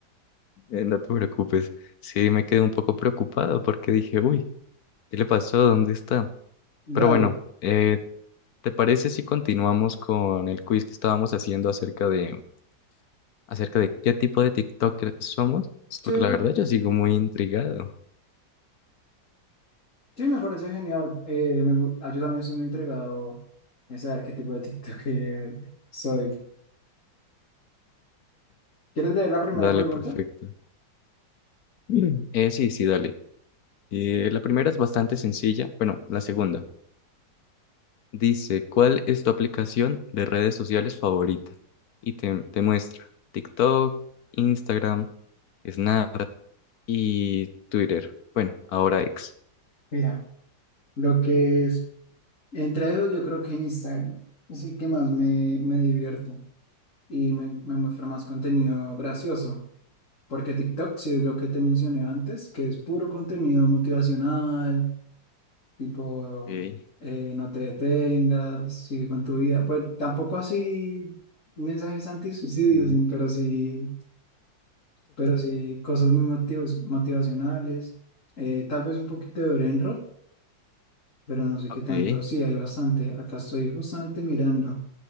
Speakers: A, on the left; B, on the left.
A: eh, no te preocupes. Sí, me quedé un poco preocupado porque dije, uy, ¿qué le pasó? ¿Dónde está?
B: Dale.
A: Pero bueno, eh, ¿te parece si continuamos con el quiz que estábamos haciendo acerca de, acerca de qué tipo de TikToker somos?
B: Sí,
A: Porque la verdad yo sigo muy intrigado.
B: sí, me parece genial. Eh, me gu- ah, yo también soy muy entregado en saber qué tipo de TikToker soy.
A: <laughs>
B: ¿Quieres leer la primera
A: Dale,
B: pregunta?
A: perfecto. <clears throat> Mm. Eh, sí, sí, dale. Eh, la primera es bastante sencilla. Bueno, la segunda. Dice, ¿cuál es tu aplicación de redes sociales favorita? Y te, te muestra TikTok, Instagram, Snap y Twitter. Bueno, ahora ex.
B: Mira, lo que es Entre ellos yo creo que Instagram es el que más me, me divierto y me, me muestra más contenido gracioso, porque TikTok, si es lo que te mencioné antes, que es puro contenido motivacional, tipo
A: Ok.
B: eh, no te detengas, sigue con tu vida. Pues tampoco así mensajes antisuicidios,
A: Mm,
B: sí, pero sí, pero sí cosas muy motivos, motivacionales. Eh, tal vez un poquito de Brainrot, pero no sé
A: Ok.
B: qué tanto. Sí, hay bastante. Acá estoy justamente mirando.